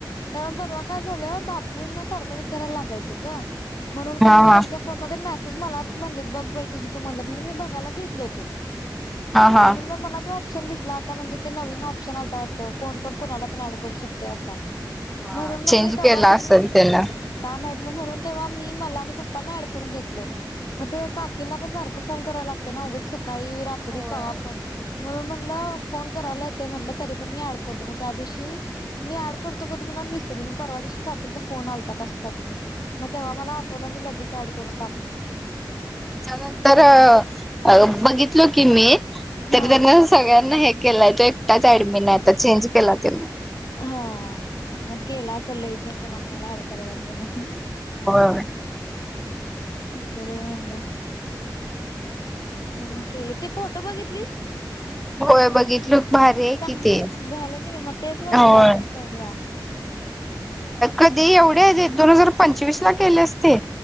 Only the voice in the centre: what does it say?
हा
हा
हा हा
हा
चेंज
केला
असेल त्यानं.
होय.
त्याच्यानंतर बघितलो की मी तरी
त्यांना सगळ्यांना हे केलाय तो एकटाच ऍडमिन नाहीता चेंज केला तो.
होय.
होय बघितलो भारी आहे
कि ते.
होय.
कधी एवढे दोन हजार पंचवीस ला केल्यास ते.